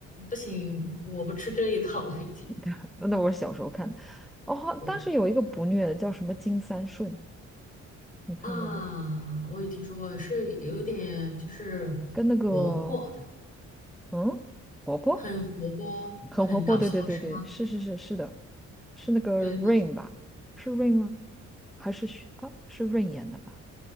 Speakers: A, on the left; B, in the centre.
A: 不行，我不吃这一套了，已经。
B: <laughs> 那我是小时候看的。哦，
A: 对。
B: 但是有一个不虐的叫什么《金三顺》，你看过吗？
A: 啊，我也听说过，是有点就是
B: 跟那个
A: 活泼的，
B: 嗯，婆婆
A: 很活泼，
B: 很活泼，
A: 很搞笑，
B: 对对对对，
A: 是吗？
B: 是是是是的，是那个
A: 对，
B: Rain
A: 那是
B: 吧？是 Rain 吗？还是许啊？是 Rain 演的吧？